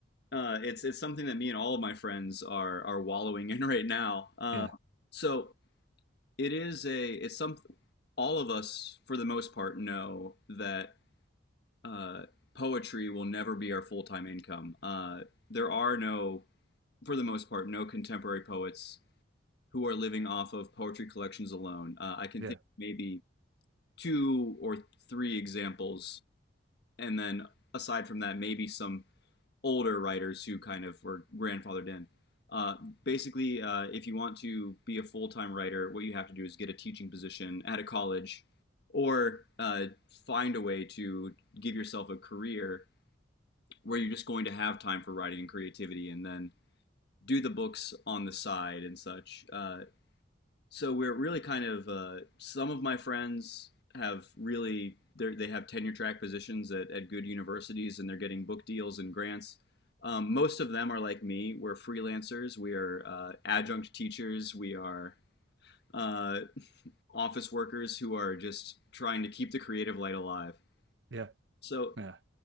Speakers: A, on the left (about 55°); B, on the right (about 65°).
A: uh, it's it's something that me and all of my friends are are wallowing in <laughs> right now. Uh,
B: Yeah,
A: so it is a it's some all of us for the most part know that uh, poetry will never be our full time income. Uh, there are no for the most part no contemporary poets who are living off of poetry collections alone. Uh, I can
B: yeah,
A: think of maybe two or three examples and then aside from that, maybe some older writers who kind of were grandfathered in. Uh, basically, uh, if you want to be a full time writer, what you have to do is get a teaching position at a college or uh, find a way to give yourself a career where you're just going to have time for writing and creativity and then do the books on the side and such. Uh, so we're really kind of uh, some of my friends have really they they have tenure track positions at, at good universities and they're getting book deals and grants. Um, most of them are like me. We're freelancers. We are uh, adjunct teachers. We are uh, office workers who are just trying to keep the creative light alive.
B: yeah,
A: So
B: yeah.